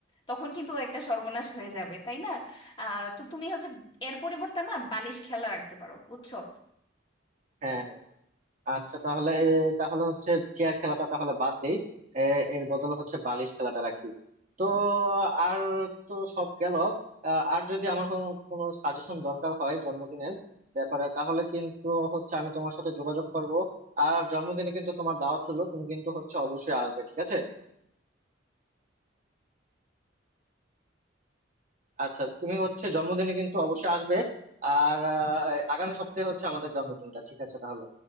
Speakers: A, on the left (about 25°); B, on the right (about 45°).
A: তখন কিন্তু একটা সর্বনাশ হয়ে যাবে তাই না আহ, তো তুমি হচ্ছে এর পরিবর্তে না বালিশ খেলা রাখতে পারো বুঝছো
B: হ্যাঁ হ্যাঁ আচ্ছা তাহলে এ, তাহলে হচ্ছে চেয়ার খেলাটা তাহলে বাদ দেই এ, এর বদলে হচ্ছে বালিশ খেলাটা রাখি তো আর তো সব গেল আ, আর যদি আমার কোনো কোনো সাজেশন দরকার হয় জন্মদিনের ব্যাপারে তাহলে কিন্তু হচ্ছে আমি তোমার সাথে যোগাযোগ করব আর জন্মদিনে কিন্তু তোমার দাওয়াত হলো তুমি কিন্তু হচ্ছে অবশ্যই আসবে ঠিক আছে আচ্ছা তুমি হচ্ছে জন্মদিনে কিন্তু অবশ্যই আসবে আর আ, আগামী সপ্তাহে হচ্ছে আমাদের জন্মদিনটা ঠিক আছে তাহলে